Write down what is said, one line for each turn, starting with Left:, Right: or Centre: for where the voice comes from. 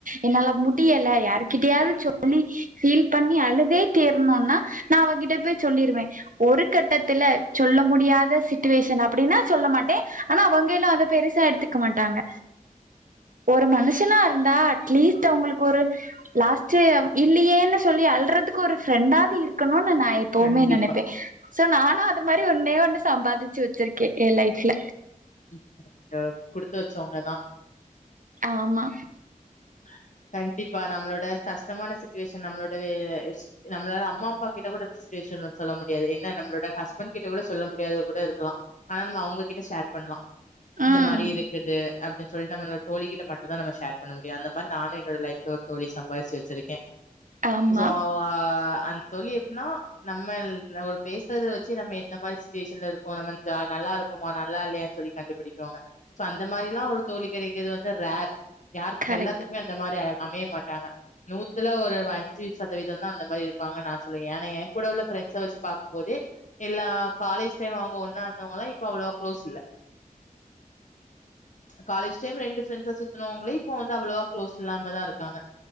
Right: என்னால முடியல யாருகிட்டையாவது சொல்லி ஃபீல் பண்ணி அழுதே தீர்ணுன்னா நா அவகிட்ட போய் சொல்லிருவே ஒரு கட்டத்துல சொல்ல முடியாத சுட்டுவேஷன் அப்டின்னா சொல்ல மாட்டே ஆனா அவங்கைல்லா அத பெருசா எடுத்துக்க மாட்டாங்க
Left: ?
Right: ஒரு மனுஷனா இருந்தா அட்லீஸ்ட் அவுங்குளுக்கு ஒரு லாஸ்ட்டு இல்லையேன்னு சொ சொல்லி அல்றதுக்கு ஒரு ஃப்ரெண்டாது இருக்கணுன்னு நா எப்பவுமே
Left: கண்டிப்பா
Right: நனைப்பே சோ நானு அது மாரி ஒன்னே ஒன்னு சம்பாதிச்சு வச்சிருக்கே எ லைஃப்ல
Left: ம் ங்க குடுத்து வச்சவுங்கதா
Right: ஆமா
Left: ஆஹ கண்டிப்பா நம்மளோட கஷ்டமான சுச்சுவேஷன் நம்மளோடவே நம்மளாள அம்மா அப்பா கிட்ட கூட சுச்வேஷன சொல்ல முடியாது என்ன நம்மளோட ஹஸ்பண்டு கிட்ட கூட சொல்ல முடியாத கூட இருக்கலா ஆனா நாம அவுங்ககிட்ட ஷேர் பண்லா
Right: ம்
Left: இந்த மாரி இருக்குது அப்டின் சொல்லி நம்மளோட தோழிகிட்ட மட்டுதா நம்ம ஷேர் பண்ண மு நியு அந்த மாரி நானு என்னோட லைஃப்ல ஒரு தோழி சம்பாரிச்சு வச்சிருக்கே
Right: ஆமா
Left: சோ ஆ அந் தோழி எப்னா நம்மல் நம்ம பேசுறத வச்சே நம்ம எந்த மாரி சுட்டுவேஷன்ல இருக்கோ நம்ம ஜ நல்லா இருக்கோமா நல்லா இல்லையன்னு சொல்லி கண்டுபிடிக்குவாங்க சோ அந்த மாரியில்லா ஒரு தோழி கிடைக்கிறது வந்து ரேர் யாருக்
Right: கரெக்ட்
Left: எல்லாத்துக்குமே இந்த மாரி யாரு அமைய மாட்டாங்க நூத்துல ஒரு அஞ்சு சதவீதோந்த அந்த மாரி இருப்பாங்க நா சொல்லுவே ஏனா எ கூட உள்ள ஃப்ரெண்ட்ஸ வச்சு பாக்கும்போதே எல்லா காலேஜ் டைம் அவுங்க ஒன்னா இருந்தவுங்கல்லா இப்ப அவ்ளோவா குளோஸ் இல்ல காலேஜ் டைம் ரெண்டு ஃப்ரெண்ட்ஸா சுத்துனவுங்களே இப்போ வந்து அவ்ளோவா குளோஸ் இல்லாம தா இருக்காங்க